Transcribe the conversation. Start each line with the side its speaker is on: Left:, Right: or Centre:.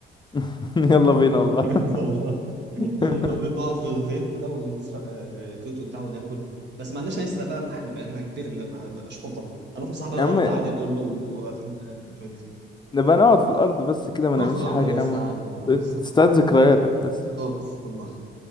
Left: <laughs> يلا بينا
Right: <laughs>
Left: والله
Right: بجد والله
Left: <laughs>
Right: <laughs> لو نقعد في الغيط كده ونسرق آه، توت وبتاع وناكل بس ما عندناش نسرق بقى احنا بقينا كبير بقى بقى شحطه هنروح نصعب على
Left: يا
Right: الارض
Left: عم
Right: عادي نقول له عايزين آه، شويه بيتزا
Left: نبقى نقعد في الأرض بس كده ما
Right: نقعد
Left: نعملش
Right: في الارض
Left: حاجة
Right: بس
Left: يا عم
Right: عادي آه، بالظبط
Left: تستعيد ذكرياتك بس
Right: بالظبط والله